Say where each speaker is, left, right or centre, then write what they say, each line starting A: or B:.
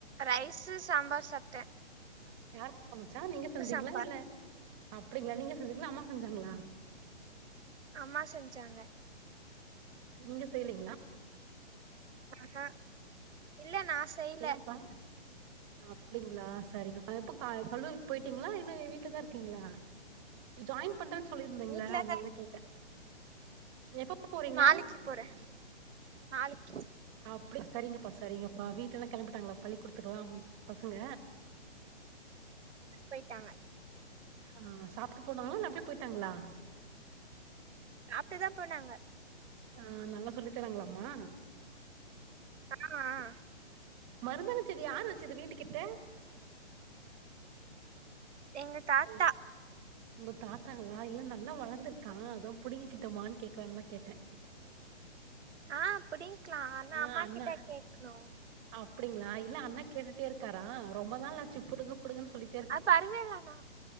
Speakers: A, on the right; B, on the right.
A: ரைஸ்ஸு சாம்பார் சாப்டேன்
B: யாரு பா சமச்சா நீங்க செஞ்சீங்களா
A: சாம்பார்
B: இல்ல அப்டிங்களா நீங்க செஞ்சீங்களா அம்மா செஞ்சாங்களா
A: அம்மா செஞ்சாங்க
B: நீங்க செய்யேலிங்களா
A: ஆஹ ஹ இல்ல நா செய்யல
B: ஏனப்பா அப்டிங்களா சரிங்கப்பா எப்ப ஆ கல்லூரிக்கு போய்ட்டீங்களா இன்னு வீட்டுலதா இருக்கீங்களா ஜாய்ன் பண்றேன்னு சொல்லிருந்தீங்களா
A: வீட்லதா
B: அதுனாலதா கேட்டே எப்ப போறீங்க
A: நாளைக்கு போறே ஹாலுக்கு
B: அப்டி சரிங்கப்பா சரிங்கப்பா வீட்டுல இருந்து கிளம்பிட்டாங்களா பள்ளி கூடத்துக்கலா பசங்க
A: போய்ட்டாங்க
B: ஆ சாப்ட்டு போனாங்களா இல்ல அப்டியே போயிட்டாங்களா
A: சாப்ட்டுதா போனாங்க
B: ஆஹ் நல்லா சொல்லி தராங்களாம்மா
A: ஆஹ் ஆஹ்
B: மருதாணி செடி யாரு வச்சது வீட்டுக்கிட்ட
A: எங்க தாத்தா
B: ஹலோ உங்க தாத்தாங்களா இல்ல நல்லா வளர்ந்திருக்கா அத புடிங்க கிட்டோமான்னு கேக்லான்னு தா கேட்டே
A: ஆ புடிக்கலா ஆனா
B: ஆ
A: அம்மா
B: அண்ணா
A: கிட்ட கேக்கணு
B: அப்டிங்களா இல்ல அண்ணன் கேட்டுட்டே இருக்காரா ரொம்ப நாள்லாச்சு புடுங்க புடுங்கன்னு சொல்லிட்டு
A: அது பரவலாம்ண்ணா